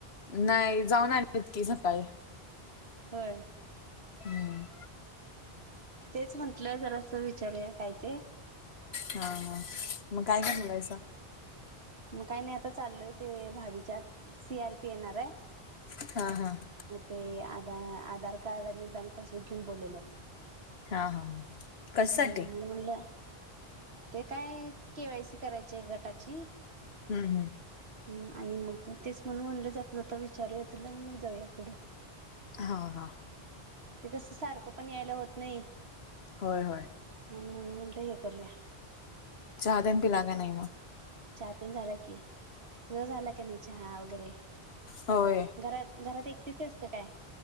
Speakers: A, on the left; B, on the right.
A: नाही जाऊन आलेत की सकाळी
B: होय.
A: हम.
B: तेच म्हंटलं जरासं विचारूया काय ते
A: हा, हा मग काय करणारायसा
B: मग काही नाही आता चाललोय ते भाभीच्यात सीआरपी येणार आहे
A: ह, हा
B: ते आध आधार कार्ड आणि बँक पासबुक घेऊन बोलवलेत.
A: हा. हा कशासाठी
B: हम्म मग म्हणलं. ते काय केवायसी करायची आहे गटाची
A: हम्म.
B: ह आणि मग तेच म्हण म्हणले जाता, जाता विचारूया तिला आणि मग जाऊया पुढं
A: ह, ह
B: ते कस सारखं पण यायला होत नाही
A: होय होय
B: म्हणून म्हटलं हे करूया.
A: चहातेन पिला का नही
B: चहा तेन झालं की. तुझं झालं का नाही चहा वगैरे
A: होय
B: घरात, घरात एकटीच हायास का काय